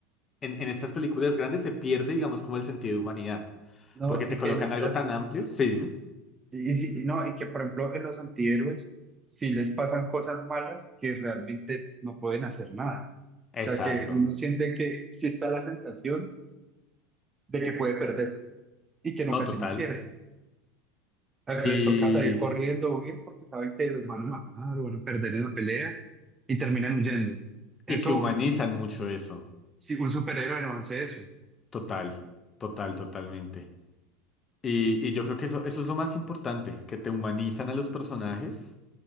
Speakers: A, on the left; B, on the right.
A: en, en estas películas grandes se pierde, digamos, como el sentido de humanidad,
B: No,
A: porque te
B: y
A: colocan
B: que en estas...
A: algo tan amplio, sí, dime.
B: Y, sí- y no, y que por ejemplo en los antihéroes, si les pasan cosas malas, que realmente no pueden hacer nada. O
A: Exacto,
B: sea, que uno siente que sí está la sensación de que puede perder y que en
A: no,
B: ocasiones
A: total.
B: pierde. O sea,
A: Y,
B: que les toca salir corriendo o huir porque saben que los van a matar o van a perder en la pelea y terminan huyendo.
A: y
B: Eso,
A: que humanizan mucho eso,
B: si un superhéroe no hace eso.
A: total, total, totalmente. Y, y yo creo que eso, eso es lo más importante, que te humanizan a los personajes,